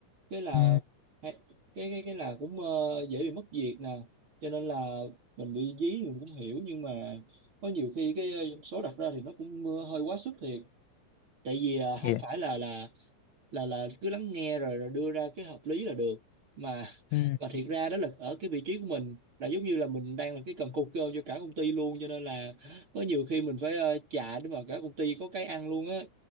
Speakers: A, on the right; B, on the left.
A: cái là
B: Ừ.
A: hay- cái cái cái là cũng ờ, dễ bị mất việc nè cho nên là mình bị dí mình cũng hiểu nhưng mà có nhiều khi cái ờ, số đặt ra thì nó cũng ờ, hơi quá sức thiệt tại vì à, không
B: Dạ.
A: phải là là là là cứ lắng nghe rồi rồi đưa ra cái hợp lý là được mà
B: Ừ.
A: mà thiệt ra đó là ở cái vị trí của mình là giống như là mình đang là cái cần cột cơm cho cả công ty luôn cho nên là có nhiều khi mình phải ờ, chạy để mà cả công ty có cái ăn luôn á